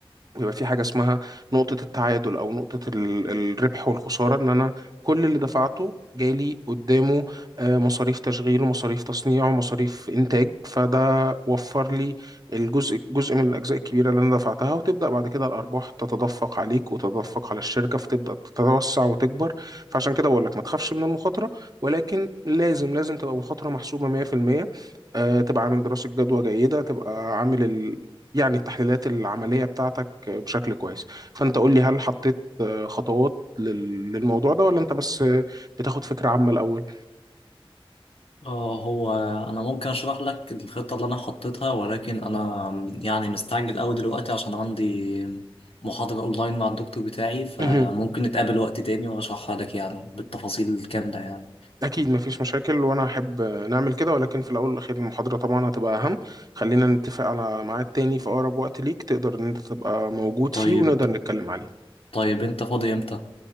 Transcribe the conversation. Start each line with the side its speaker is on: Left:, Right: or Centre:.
Right: ويبقى في حاجة اسمها نقطة التعادل أو نقطة ال- الربح والخسارة إن أنا كل اللي دفعته جالي قدامه آه، مصاريف تشغيل ومصاريف تصنيع ومصاريف إنتاج فده وفر لي الجزء جزء من الأجزاء الكبيرة اللي أنا دفعتها وتبدأ بعد كده الأرباح تتدفق عليك وتتدفق على الشركة فتبدأ تتوسع وتكبر فعشان كده بقول لك ما تخافش من المخاطرة ولكن لازم لازم تبقى مخاطرة محسوبة 100% آه، تبقى عامل دراسة جدوى جيدة تبقى عامل ال... يعني التحليلات العملية بتاعتك بشكل كويس فانت قول لي هل حطيت آه، خطوات لل- للموضوع ده ولا انت بس آه، بتاخد فكرة عامة الاول
Left: اه هو انا ممكن اشرح لك الخطه اللي انا حطيتها ولكن انا يعني مستعجل قوي دلوقتي عشان عندي محاضره اونلاين مع الدكتور بتاعي فممكن
Right: مهم.
Left: نتقابل وقت تاني واشرحها لك يعني بالتفاصيل الكامله يعني
Right: اكيد مفيش مشاكل وانا احب آه، نعمل كده ولكن في الاول والاخير المحاضرة طبعا هتبقى اهم خلينا نتفق على ميعاد تاني في اقرب وقت ليك تقدر ان انت تبقى موجود
Left: طيب
Right: فيه ونقدر نتكلم عليه
Left: طيب انت فاضي امتى